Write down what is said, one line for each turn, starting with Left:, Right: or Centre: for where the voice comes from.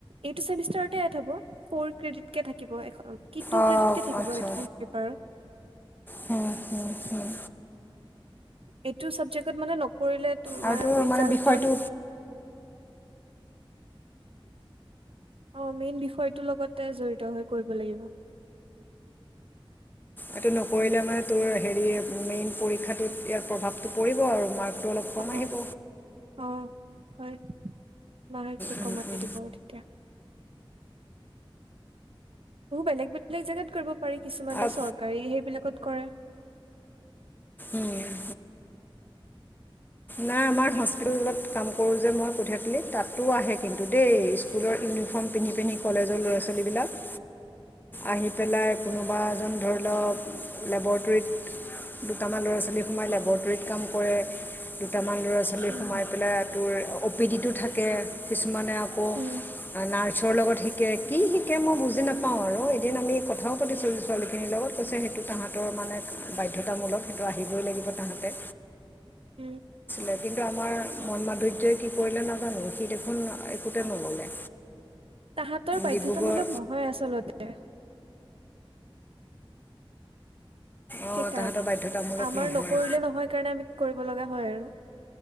Right: এইটো চেমিষ্টাৰত তে এড হ'ব। ফ'ৰ ক্ৰেডিটকে থাকিব এখ কি টু
Left: অঁ
Right: ক্ৰেডিতকে থাকিব
Left: আচ্ছা
Right: <unintelligible> খন পেপাৰত। <inaudible>
Left: হুম, হুম, হুম।
Right: এইটো ছাবজেক্টত মানে নকৰিলে তোমাৰ
Left: আৰু তোৰ
Right: ৰিজাল্টত
Left: মানে বিষয়টো
Right: অ, মেইন বিষয়টো লগতে জড়িত হৈ কৰিব লাগিব।
Left: এইটো নকৰিলে মানে তোৰ হেৰি মেইন পৰীক্ষাটোত ইয়াৰ প্ৰভাৱটো পৰিব আৰু মাৰ্ক অলপ কম
Right: অ
Left: আহিব!
Right: অ', হয়, <unintelligible> টো
Left: উম,
Right: কমাই
Left: উম।
Right: দিব তেতিয়া। হু বেলেগ বেলেগ জেগাত কৰিব পাৰি, কিছুমানে
Left: আৰু
Right: চৰকাৰী সেইবিলাকত কৰে <inaudible>
Left: উম,
Right: <inaudible>
Left: নাই আমাৰ হস্পিতাললত কাম কৰোঁ যে মই কঠিয়াতলি, তাতো আহে কিন্তু দেই স্কুলৰ ইউনিফৰ্ম পিন্ধি পিন্ধি কলেজৰ ল'ৰা ছোৱালী বিলাক
Right: <inaudible>
Left: আহি পেলাই কোনোবা এজন ধৰি লওক ৱতৰিত, দুটা মান লৰা ছোৱালী সোমাই লেবতৰিত কাম কৰে, দুটাম মান ল'ৰা ছোৱালী
Right: উম
Left: সোমাই পেলাই তোৰ অ'- পি-ডি টো থাকে মানে আকৌ,
Right: উম
Left: নাৰ চৰ লগত শিঁকে, কি শিঁকে মই বুজি নাপাওঁ আৰু এদিন আমি কথাও পাতিছিলোঁ ছোৱালীখিনিৰ লগত, কৈছে টো তাহাঁতৰ মানে বাধ্যতামূলক, সেইটো আহিবই লাগিব তাহাঁতে।
Right: উম।
Left: এ কিন্তু আমাৰ মন মাধুৰ্যই কি কৰিলে নাজানো, সি দেখোন একোতে নললে।
Right: তাহাঁতৰ বাধ্যতামূলক
Left: ডিব্ৰুগড়
Right: নহয় আচলতে।
Left: অঁ
Right: সেইকাৰণে।
Left: তাহাঁতৰ বাধ্যতামূলক
Right: আমাৰ
Left: নহয়
Right: নকৰিলে নহয় কাৰণে আমি কৰিব লগা হয় আৰু।